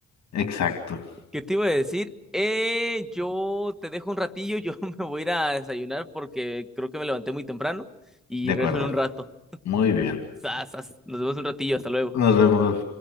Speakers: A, on the left; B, in the centre.
A: exacto,
B: <laughs> ¿Qué te iba a decir? Eh, yo te dejo un ratillo, yo <laughs> me voy a ir a desayunar porque creo que me levanté muy temprano y
A: de acuerdo.
B: regreso en un rato.
A: Muy bien,
B: Sas, sas. Nos vemos un ratillo, hasta luego.
A: nos vemos.